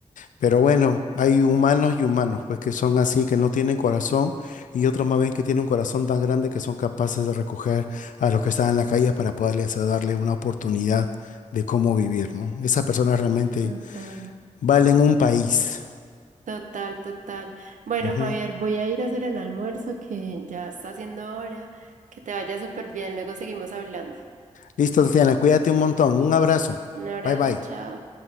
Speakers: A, on the left; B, on the right.
A: Pero bueno, hay humanos y humanos, pues que son así, que no tienen corazón, y otros más bien que tienen un corazón tan grande que son capaces de recoger a los que están en la calle para poderles eh, darle una oportunidad de cómo vivir, ¿no? Esas personas realmente
B: Total,
A: valen un país.
B: total, total. Bueno,
A: Ujú.
B: Javier, voy a ir a hacer el almuerzo que ya está haciendo hora. Que te vaya súper bien, luego seguimos hablando.
A: Listo, Tatiana, cuídate un montón. Un abrazo.
B: Un abrazo,
A: Bye bye.
B: chao.